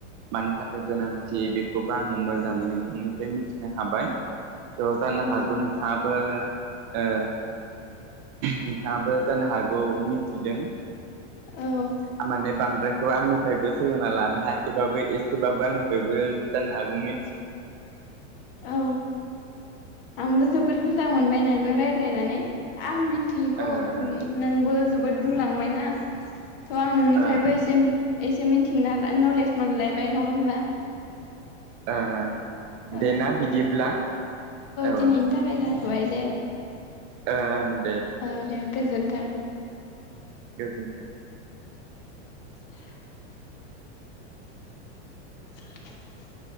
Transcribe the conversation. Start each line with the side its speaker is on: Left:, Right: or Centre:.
Right: मानि थाखाय गोनांथि बेखौबो आङो मोजाङै नोंथांनिफ्राय मिथिनो हाबाय। ज जानो
Left: औ
Right: हागौ नोंथाङाबो ओ नोंथाङाबो जानो हागौ मि दों
Left: औ
Right: माने बांद्रायखौ आंनिफ्रायबो सोलोंना लानो हायाखैबाबो एसेबाबो आं बयबो दाननो हागौमोन।
Left: औ आंबो जोबोद मोजां मोनबाय नोंजों रायज्लायनानै आं मिन मिथियैखौ
Right: ओ ओ
Left: नोंबो जोबोद बुंलांबाय ना थ आं नोंनिफ्रायबो
Right: ओ ओ
Left: एसे एसे मिथिनो नालाय नलेज मोनलायबाय नङा होमबा।
Right: ओं
Left: औ
Right: दे ना बिदिब्ला औ।
Left: दिनैनि थाखाय जाथबाय दे
Right: ओ
Left: ओ दे गोजोन <inaudible>
Right: गोजोनथों
Left: <inaudible> <inaudible>